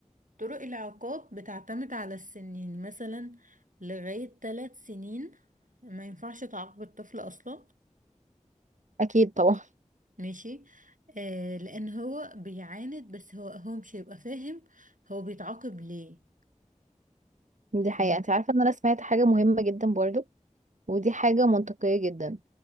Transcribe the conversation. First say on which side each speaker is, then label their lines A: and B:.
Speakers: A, on the right; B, on the right.
A: طرق العقاب بتعتمد على السن يعني مثلا لغاية ثلاث سنين ما ينفعش تعاقب الطفل أصلا
B: اكيد طبعا
A: ماشي آه لأن هو بيعاند بس هو هو مش هيبقى فاهم هو بيتعاقب ليه
B: دي
A: فاهم
B: حقيقة انت عارفة ان انا سمعت حاجة مهمة جدا برضو ودي حاجة منطقية جدا